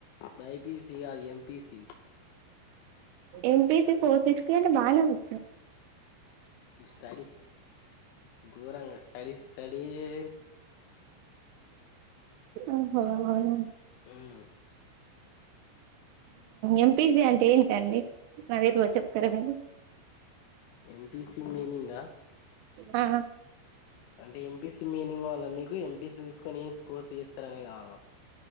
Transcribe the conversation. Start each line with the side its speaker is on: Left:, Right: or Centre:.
Left: బైపీసీ కాదు ఎంపీసీ
Right: ఎంపీసి ఫోర్ సిక్స్టీ అంటే బానే వ
Left: స్టడీస్ గోరంగా స్టడీ స్టడీయే
Right: ఓహో అవునా
Left: ఉమ్
Right: ఎంపీసి అంటే ఏంటండి నాక్ తెల్వదు చెప్తారా మీరు
Left: ఎంపిసి మీనింగ్
Right: ఆ
Left: అంటే ఎంపీసి మీనింగ్ కావాలా మీకు ఎంపీసి తీసుకొని ఏం కోర్స్ చేస్తారనే కావాలా